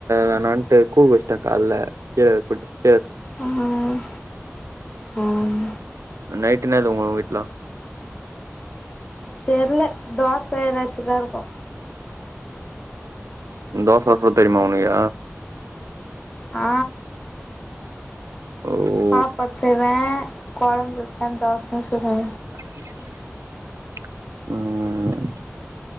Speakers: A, on the right; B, on the left.
A: வேணான்ட்டு கூ வச்ட்டே கால்ல கீர போட்டு
B: ம் ம்
A: நைட்டு என்னாது உங்க வீட்லா
B: தெர்ல தோச எதாச்சு தா இருக்கு
A: ம் தோச ஊத்த தெரிம்மா உனக்கு
B: ஆ
A: ஓ
B: சாப்பாடு செய்வே கொழம்பு வப்பே தோசயு சுடுவே
A: ம்